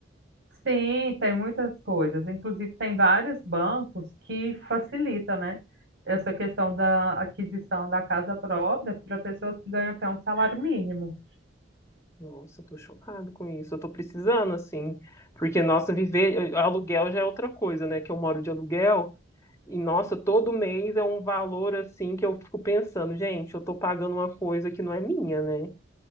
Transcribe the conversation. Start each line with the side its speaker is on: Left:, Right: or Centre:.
Right: Sim, tem muitas coisas. Inclusive, tem vários bancos que facilitam, né? Essa questão da aquisição da casa própria para pessoas que ganham até um salário mínimo.
Left: Nossa, eu tô chocado com isso. Eu tô precisando, assim. Porque, nossa, viver. Aluguel já é outra coisa, né? Que eu moro de aluguel. E, nossa, todo mês é um valor, assim, que eu fico pensando, gente, eu tô pagando uma coisa que não é minha, né?